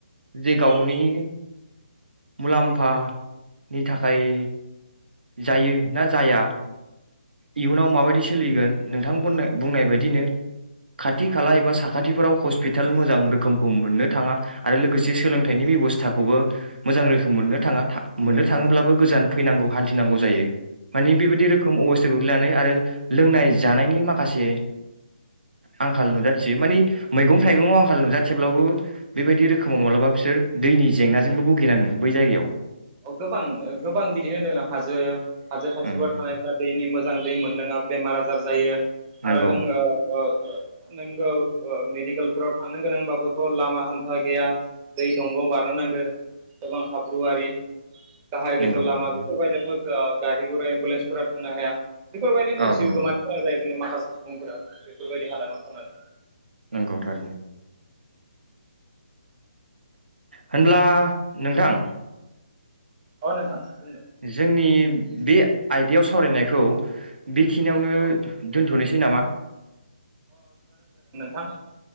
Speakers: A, on the right; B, on the right.
A: जे गावनि
B: अ नोंथां
A: मुलाम्फानि थाखाय जायो ना जाया इयुनाव माबायदि सोलिगोन नोंथां बुंनाय बायदिनो खाथि
B: अ
A: खाला एबा साखा साखाथिफोराव हस्पिटाल मोजां रोखोमखौ मोननो थाङा आरो लोगोसे सोलोंथाइनि बेबस्थाखौबो मोजां रोखोम मोननो थाङा मोननो थाङोब्लाबो गोजान फैनांगौ हान थिनांगौ जायो मानि बेबायदि रोखोम अबस्थाया गोग्लैनानै आरो लोंनाय जानायनि माखासे आंखाल नुजाथियो मानि मैगं थाइगंयाव आंखाल नुजाथिब्लाबो बेबायदि रोखोमाव माब्लाबा बिसोर दैनि जेंनाजोंबो भुगिनाङो बै जायगायाव
B: अ गोबां गोबां बिदिनो दोङो हाजो हाजो खाथिफ्राव
A: उम
B: थानायफ्रा दैनि मोजां दै मोनलोङा बेमार आजार जायो
A: नंगौ
B: आरो नों अ अ नोंगौ मेडिकेलफोराव थांनो गोनांबाबोथ लामा हान्था गैया दै दंग बार नांगौ गोबां हाब ब्रुवारि गाहाय गोजौ
A: नंगौ
B: लामा
A: थारैनो
B: बेफोर बायदियावथ ओ गारि गुरा एम्बुलेन्सफोरा थांनो हाया बेफोर बायदिनो
A: औ
B: जिउ
A: नंगौ
B: गोमानो गोनां जायो जोंनि माखासे सुबुंफोरा बेफोरबायदि हादानाव थानानै
A: नंगौ थारैनो होनब्ला नोंथां
B: औ नोंथां बुंनो
A: जोंनि बे आयदायाव सावरायनायखौ बेखिनियावनो
B: औ
A: दोन्थनोसै सै नामा
B: थां